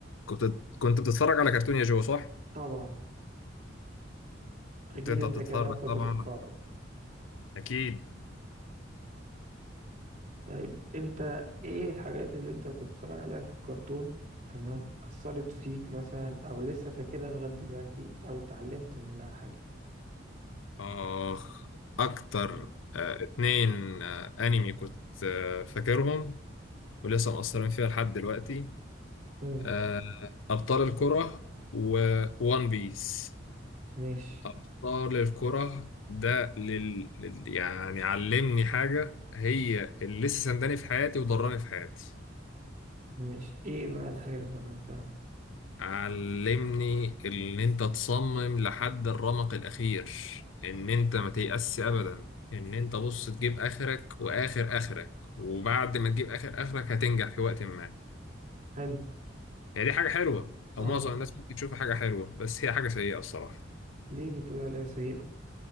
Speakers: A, on the left; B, on the right.
A: كنت كنت بتتفرج على كرتون يا جو صح؟
B: طبعا اكيد
A: كنت انت
B: انت
A: بتتفرج
B: كمان كنت
A: طبعا
B: بتتفرج
A: اكيد
B: طيب انت ايه الحاجات اللي انت كنت بتتفرج عليها في الكرتون تمام اثرت فيك مثلا او لسه فاكرها لغايه دلوقتي او اتعلمت منها حاجه
A: اخ اكتر
B: مم.
A: آه، اتنين آه، انمي كنت آه، فاكرهم ولسه مأثرين فيها لحد دلوقتي
B: مم.
A: آه، ابطال الكرة وون بيس
B: ماشي
A: ابطال الكرة ده لل... لل- يعني علمني حاجة هي اللي لسه سنداني في حياتي وضراني في حياتي
B: ماشي ايه بقى الحاجه اللي اتعلمتها
A: علمني ان انت تصمم لحد الرمق الاخير ان انت ما تيأس ابدا ان انت بص تجيب اخرك واخر اخرك وبعد ما تجيب اخر اخرك هتنجح في وقت ما
B: حلو
A: هي دي حاجة حلوة
B: طبعا
A: او معظم الناس ممكن تشوفها حاجة حلوة بس هي حاجة سيئة الصراحة
B: ليه بتقول عليها سيئه